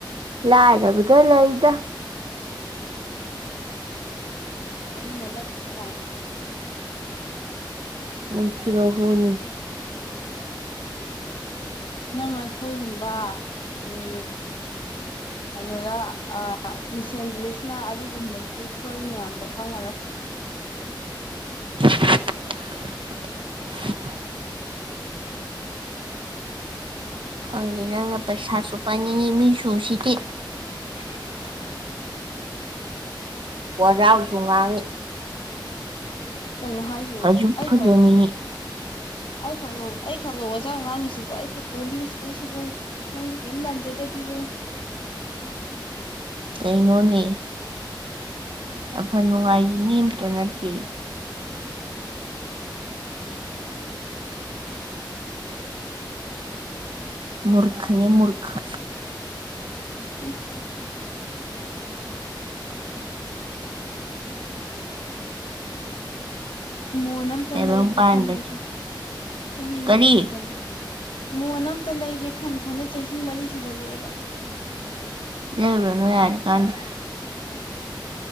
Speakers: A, on the right; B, on the left.
A: ꯂꯥꯏꯔꯕꯗ ꯂꯩꯗ
B: ꯑꯗꯨꯅ ꯂꯞꯂꯤꯁꯨ ꯂꯥꯏ
A: ꯅꯨꯡꯁꯤꯕ ꯍꯨꯅꯤ
B: ꯅꯪ ꯂꯐꯣꯏꯒꯨꯝꯕ ꯎꯝ ꯀꯩꯅꯣꯗ ꯑ ꯃꯤꯁꯦꯟꯗ꯭ꯔꯤꯁꯤꯅ ꯑꯗꯨꯒꯨꯝꯕꯒꯤ ꯊꯤꯑꯣꯔꯤ ꯃꯌꯥꯝꯗꯣ ꯈꯪꯉꯔꯣꯏ
A: <inaudible> ꯈꯪꯗꯦ ꯅꯪꯅ ꯄꯩꯁꯥꯁꯨ ꯄꯥꯏꯅꯤꯡꯉꯤ ꯃꯤꯁꯨ ꯎꯁꯤꯠꯇꯦ
B: <inaudible>
A: ꯋꯥꯖꯥꯎꯁꯨ ꯉꯥꯡꯉꯤ
B: ꯀꯩꯅꯣ ꯍꯥꯏꯁꯤꯕꯣ
A: ꯐꯁꯨ
B: ꯑꯩ
A: ꯐꯖꯅꯤꯡꯉꯤ
B: ꯈꯪ ꯑꯩ ꯈꯛ ꯂꯧ ꯑꯩ ꯈꯛ ꯂꯣ ꯋꯥꯖꯥꯎ ꯉꯥꯡꯉꯤꯁꯤꯕꯨ ꯑꯩ ꯈꯛ ꯂꯣ ꯃꯤ ꯎꯁꯤꯠꯇꯤꯁꯦꯕꯨ ꯅꯪꯗꯤ ꯀꯩꯝ ꯂꯥꯟꯖꯗꯕꯤꯔꯣ
A: ꯀꯩꯅꯣꯅꯦ ꯑꯐ ꯅꯨꯡꯉꯥꯏꯒꯤ ꯃꯤꯝꯇ ꯅꯠꯇꯦ ꯃꯨꯔꯈꯅꯦ ꯃꯨꯔꯈ
B: ꯎꯝ <inaudible> ꯃꯣꯟ ꯑꯝꯇ
A: ꯇꯥꯏꯕꯪ
B: ꯂꯩꯒꯦ
A: ꯄꯥꯟꯕ
B: ꯈꯟꯕꯁꯦ ꯆꯍꯤ
A: ꯀꯔꯤ
B: ꯃꯔꯤ ꯁꯨꯒꯜꯜꯂꯤ ꯃꯣꯟ ꯑꯝꯇ ꯂꯩꯒꯦ ꯈꯟ ꯈꯟꯅ ꯆꯍꯤ ꯃꯔꯤ ꯁꯨꯒꯠꯂꯛꯑꯦꯕ
A: ꯂꯩꯔꯨꯔꯅꯨ ꯌꯥꯔꯦ ꯀꯥꯟꯗꯦ